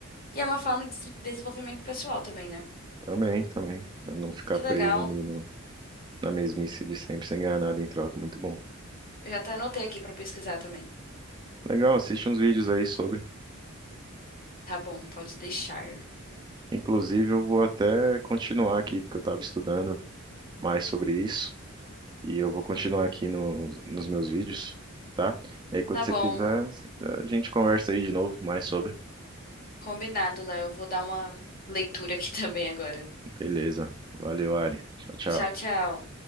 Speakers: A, on the left; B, on the right.
A: E é uma forma de des- desenvolvimento pessoal também, né?
B: Também, também. Pra não ficar
A: Que
B: preso
A: legal.
B: ali no- na mesmice de sempre sem ganhar nada em troca. Muito bom.
A: Eu já até anotei aqui pra pesquisar também.
B: Legal, assiste uns vídeos aí sobre.
A: Tá bom, pode deixar.
B: Inclusive, eu vou até continuar aqui, porque eu estava estudando mais sobre isso. E eu vou continuar aqui no- nos meus vídeos, tá? E aí, quando
A: Tá bom,
B: você quiser, a gente conversa aí de novo mais sobre.
A: combinado, Léo. Vou dar uma leitura aqui <laughs> também agora.
B: Beleza. Valeu, Ari. Tchau, tchau.
A: Tchau, tchau.